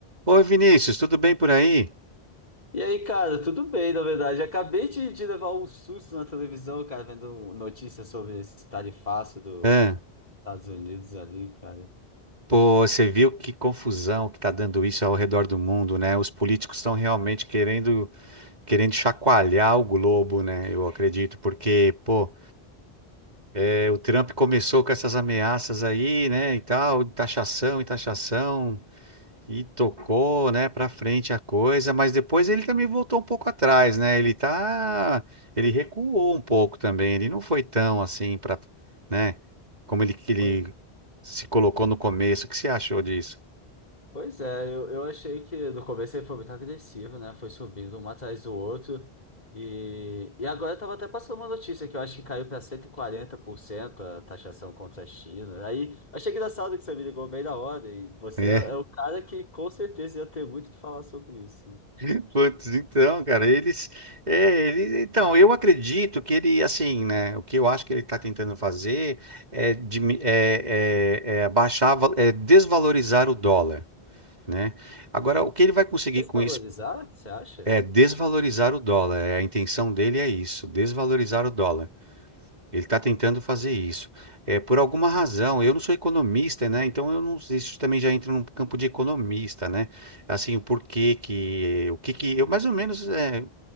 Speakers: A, on the right; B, on the left.
A: Oi, Vinícius, tudo bem por aí?
B: E aí, cara, tudo bem, na verdade. Acabei de, de levar um susto na televisão, cara, vendo notícias sobre esse tarifaço dos
A: Hã?
B: Estados Unidos ali, cara.
A: pô, você viu que confusão que tá dando isso ao redor do mundo, né? Os políticos estão realmente querendo, querendo chacoalhar o globo, né? Eu acredito, porque, pô, é, o Trump começou com essas ameaças aí, né, e tal, de taxação e taxação. E tocou, né, para frente a coisa, mas depois ele também voltou um pouco atrás, né? Ele tá, ele recuou um pouco também. Ele não foi tão assim para, né, como ele que ele
B: Pois,
A: se colocou no começo. O que você achou disso?
B: pois é, eu, eu achei que no começo ele foi muito agressivo, né? Foi subindo um atrás do outro. E, e agora eu tava até passando uma notícia que eu acho que caiu para 140% a taxação contra a China. Aí achei engraçado que você me ligou bem na hora. E você
A: É.
B: é, é o cara que com certeza ia ter muito o que falar sobre isso.
A: <laughs> Putz, então, cara, eles, é, ele, então, eu acredito que ele, assim, né, o que eu acho que ele está tentando fazer é, dimi- é, é, é abaixar, va- é desvalorizar o dólar, né? Agora, o que ele vai conseguir
B: Desvalorizar,
A: com isso?
B: você acha?
A: É desvalorizar o dólar. É, a intenção dele é isso, desvalorizar o dólar. Ele está tentando fazer isso. É, por alguma razão, eu não sou economista, né? Então eu não, isso também já entra num campo de economista, né? Assim, o porquê que, o que que, eu mais ou menos, é,